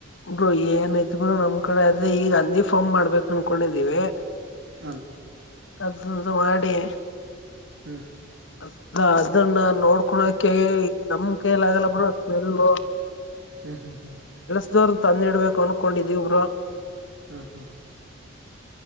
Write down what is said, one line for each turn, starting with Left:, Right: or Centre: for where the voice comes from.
Left: ಬ್ರಯಏನ ಇರು ನಮ್ ಕಡೆ ಅದೆ ಈಗ ಅಂದಿ ಫಾರ್ಮ್ ಮಾಡ್ಬೇಕು ಅನ್ಕೊಂಡಿದಿವವಿ
Right: ಹಾ
Left: ಅದುಂದು ಮಾಡಡೇ
Right: ಹ್ಮ
Left: ಅ ಅದನ್ನ ನೋಡ್ಕೊಳಕ ನಮ್ ಕೈಯಲ ಆಗಲ್ಲ ಬ್ರೋ ಸ್ಮೆಲ್ಲ
Right: ಹ್ಮ್ ಹ್ಮ್ ಹ್ಮ
Left: ಇದೋರನ್ನ ತಂದಿ ಇಡ್ಬೇಕು ಅನ್ಕೊಂಡಿದವಿಬ್ರು
Right: ಹಾ ಹಾ